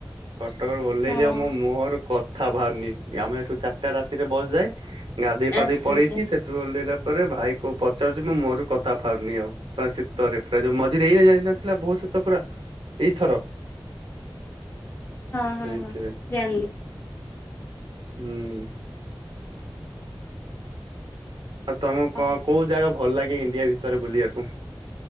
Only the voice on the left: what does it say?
ହଁ
ଆଚ୍ଛା
ଆଚ୍ଛା
ହଁ
ହଁ ହଁ ଜାଣିଲି
ହଁ।